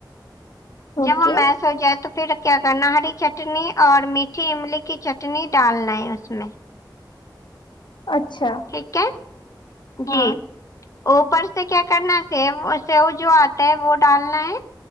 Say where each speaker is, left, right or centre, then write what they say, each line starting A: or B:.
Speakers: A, on the left; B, on the left.
A: اوکے
B: جب وہ میش ہوجائے تو پھر کیا کرنا ہری چٹنی اور میٹھی املی کی چٹنی ڈالنا ہے اس میں
A: اچھا
B: ٹھیک ہے
A: ہاں
B: جی اوپر سے کیا کرنا سیو سیو جو آتا ہے وہ ڈالنا ہے